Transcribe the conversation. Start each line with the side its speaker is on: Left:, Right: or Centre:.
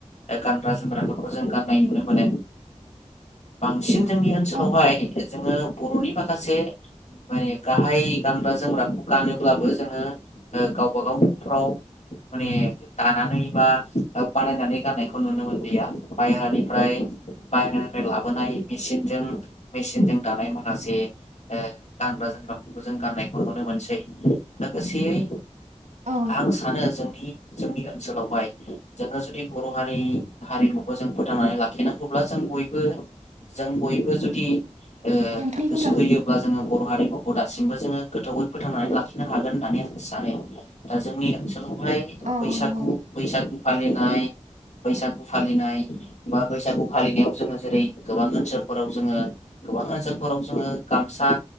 Left: ओ गानग्रा जोमग्राफोरखौ जों गाननाय नुनो मोनो। बांसिन जोंनि ओनसोलावहाय
Right: औ
Left: जोङो बर'नि माखासे माने गाहाय गानग्रा जोमग्राखौ गानोब्लाबो जोङो ओ गावबा गाव न'फ्राव माने दानानै बा बानायनानै गाननायखौ नुनो <unintelligible> मोनलिया। बायहानिफ्राय बाय बोनाय मेसिनजों मेसिनजों दानाय माखासे ओ गानग्रा जोमग्राफोरखौ जों गाननायखौ नुनो मोनसै लोगोसेयै
Right: औ
Left: आं सानो जों दि जोंनि ओनोलावहाय जोङो जुदि बर' हारि हारिमुखौ जों फोथांनानै लाखिनांगौब्ला जों बय <unintelligible> जों बयबो जुदि ओ
Right: नोंथांनिखौ
Left: गोसो
Right: मोजां
Left: होयोबा ओ जोङो बर हारिमुखौ दासिमबो जोङो गोथौयै फोथांनानै लाखिनो हागोन होननानै आं सानो दा जोंनि ओनसोलाव हाय
Right: औ
Left: बैसागु
Right: नंगौ
Left: बैसागु फालिनाय बैसागु फालिनाय बा बैसागु फालिनायाव जोङो जेरै गोबां ओनसोलफोराव जोङो गोबां ओनसोलफोराव जोङो गामसा